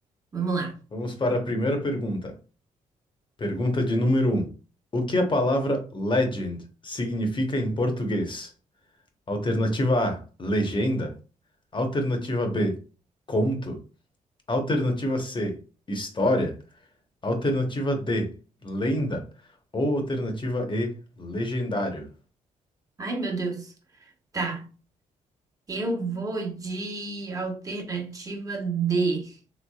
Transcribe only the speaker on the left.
Vamos para a primeira pergunta. Pergunta de número um: O que a palavra legend significa em português? Alternativa A, legenda. Alternativa B, conto. Alternativa C, história. Alternativa D, lenda. Ou alternativa E, legendário.